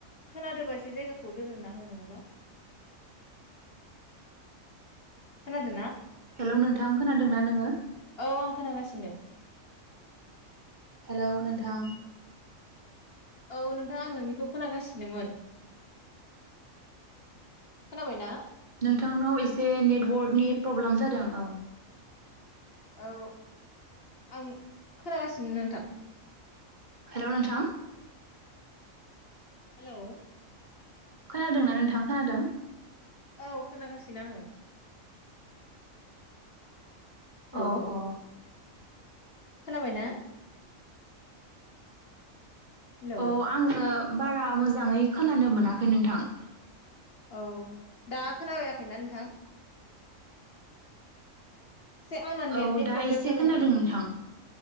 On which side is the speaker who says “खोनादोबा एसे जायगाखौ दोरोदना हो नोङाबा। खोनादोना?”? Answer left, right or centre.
Left